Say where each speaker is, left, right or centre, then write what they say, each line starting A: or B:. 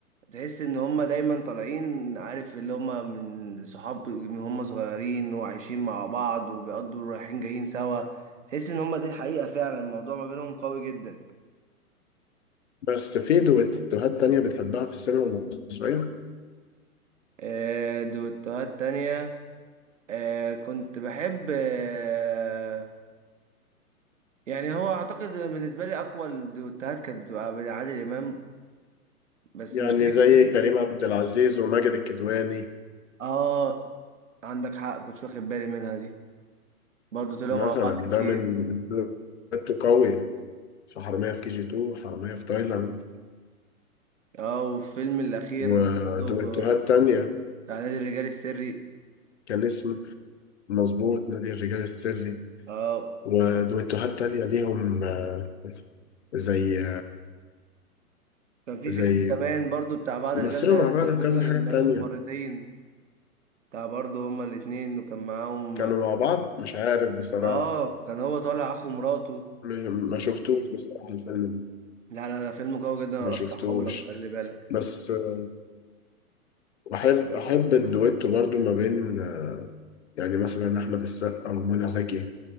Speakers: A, on the right; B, on the left.
A: تحس ان هم دايما طالعين عارف اللي هم من صحاب من هم صغيرين وعايشين مع بعض وبيقضوا رايحين جايين سوا تحس ان هم دي حقيقه فعلا الموضوع ما بينهم قوي جدا
B: بس في دويتوهات تانية بتحبها في السينما المصرية
A: آه، دوتوهات تانية آه، كنت بحب آه، يعني هو أعتقد بالنسبة لي أقوى الدوتوهات كانت بتبقى بين عادل إمام بس
B: يعني
A: مش عارف
B: زي
A: <laughs> يعني
B: كريم
A: كان-
B: عبد العزيز وماجد الكدواني
A: آه عندك حق كنتش واخد بالي منها دي برضه طلعوا
B: مثلا
A: مع بعض كتير
B: ده من دويتو قوي في حرامية في كي جي 2 وحرامية في تايلاند
A: آه والفيلم الأخير
B: ودويتوهات
A: برضه
B: تانية
A: بتاع نادي الرجال السري
B: كان اسمه مظبوط نادي الرجال السري
A: آه
B: ودويتوهات تانية ليهم آه، زي
A: كان في
B: زي
A: فيلم كمان برضه بتاع بعض
B: مثلوا
A: الرجال
B: مع بعض
A: زبون
B: في كذا
A: للمأذون
B: حاجة تانية
A: مرتين بتاع برضه هما الاتنين وكان معاهم
B: كانوا مع بعض مش عارف بصراحة
A: اه كان هو طالع اخو مراته
B: م- ما شفتوش بصراحة الفيلم ده
A: لا لا ده فيلم قوي جدا
B: ما
A: ارشحه
B: شفتوش
A: لك خلي بالك
B: بس آه، أحب أحب الدويتو برضو ما بين آه، يعني مثلا أحمد السقا ومنى زكي